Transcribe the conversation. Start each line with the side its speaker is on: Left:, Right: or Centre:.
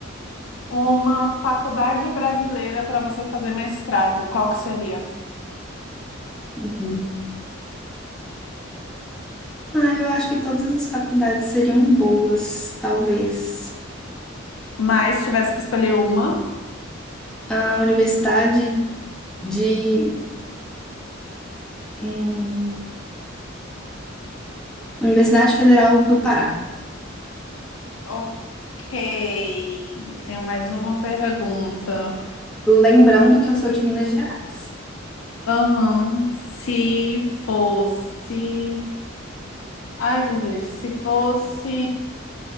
Left: uma faculdade brasileira para você fazer mestrado, qual que seria?
Centre: Uhum. Ah, eu acho que todas as faculdades seriam boas, talvez.
Left: Mas tivesse que escolher uma.
Centre: A Universidade de. hum, Universidade Federal do Pará.
Left: Ok, tenho mais uma pergunta.
Centre: Lembrando que eu
Left: Sim.
Centre: sou de Minas Gerais.
Left: Aham. Se fosse. Ai, Jesus, se fosse.